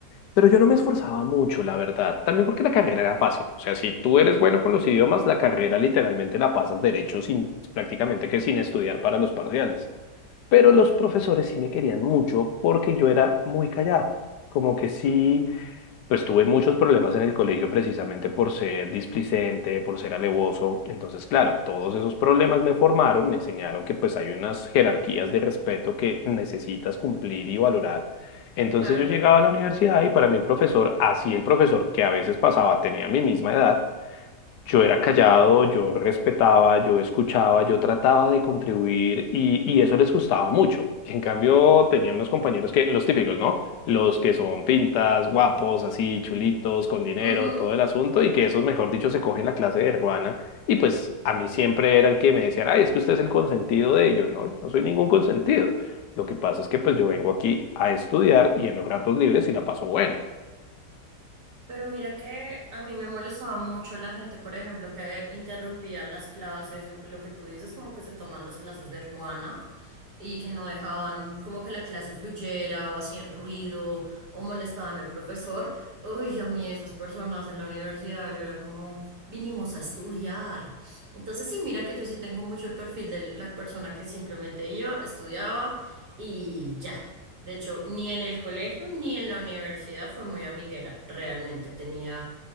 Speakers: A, on the left; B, on the right.
A: pero yo no me esforzaba mucho, la verdad. También porque la carrera era fácil. O sea, si tú eres bueno con los idiomas, la carrera literalmente la pasas derecho sin prácticamente que sin estudiar para los parciales. Pero los profesores sí me querían mucho porque yo era muy callado. Como que sí pues tuve muchos problemas en el colegio precisamente por ser displicente, por ser alevoso. Entonces, claro, todos esos problemas me formaron, me enseñaron que pues hay unas jerarquías de respeto que necesitas cumplir y valorar. Entonces
B: claro.
A: yo llegaba a la universidad y para mí el profesor, así el profesor que a veces pasaba, tenía mi misma edad, yo era callado, yo respetaba, yo escuchaba, yo trataba de contribuir y, y eso les gustaba mucho. En cambio, tenía unos compañeros que, los típicos, ¿no? los que son pintas, guapos, así, chulitos, con dinero,
B: Ujú.
A: todo el asunto, y que esos, mejor dicho, se cogen la clase de hermana. Y pues a mí siempre era el que me decían ay, es que usted es el consentido de ellos. No, yo no soy ningún consentido. Lo que pasa es que pues yo vengo aquí a estudiar y en los ratos libres y la paso bueno.
B: Pero mira que a mí me molestaba mucho la gente, por ejemplo, que interrumpía las clases o que lo que tú dices, como que se toman las clases de ruana y que no dejaban como que la clase fluyera o hacían ruido o molestaban al profesor. Uy, a mí esas personas en la universidad, yo era como, vinimos a estudiar. Entonces, sí, mira que yo sí tengo mucho el perfil de la persona que simplemente iba, estudiaba y ya. De hecho, ni en el colegio ni en la universidad fue muy amiguera. Realmente tenía